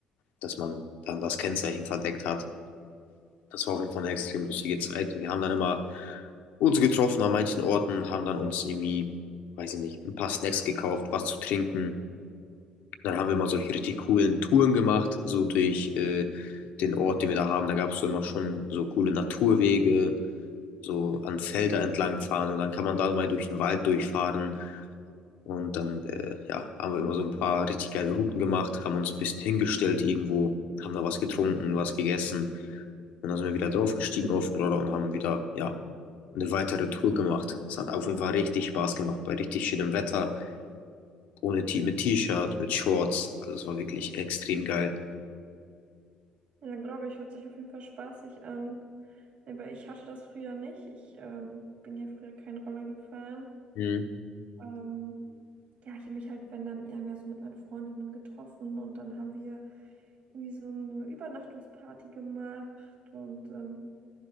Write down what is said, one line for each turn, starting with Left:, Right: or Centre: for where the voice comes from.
Left: dass man dann das Kennzeichen verdeckt hat. Das war auf jeden Fall eine extrem lustige Zeit. Wir haben dann immer uns getroffen an manchen Orten, haben dann uns irgendwie, weiß ich nicht, ein paar Snacks gekauft, was zu trinken. Dann haben wir mal solche richtig coolen Touren gemacht, so durch äh, den Ort, den wir da haben. Da gab es so immer schon so coole Naturwege, so an Felder entlang fahren und dann kann man da mal durch den Wald durchfahren. Und dann äh, ja, haben wir immer so ein paar richtig geile Routen gemacht, haben uns ein bisschen hingestellt irgendwo, haben da was getrunken, was gegessen. Und dann sind wir wieder draufgestiegen auf den Roller und haben wieder, ja, eine weitere Tour gemacht. Es hat auf jeden Fall richtig Spaß gemacht, bei richtig schönem Wetter, ohne T mit T-Shirt, mit Shorts. Also es war wirklich extrem geil.
Right: Ja, glaube ich, hört sich auf jeden Fall spaßig an. Aber ich hatte das früher nicht. Ich ähm, bin ja früher keinen Roller gefahren.
Left: Mhm.
Right: Ähm, ja, ich habe mich halt, wenn dann eher mehr so mit meinen Freundinnen getroffen und dann haben wir irgendwie so eine Übernachtungsparty gemacht und ähm,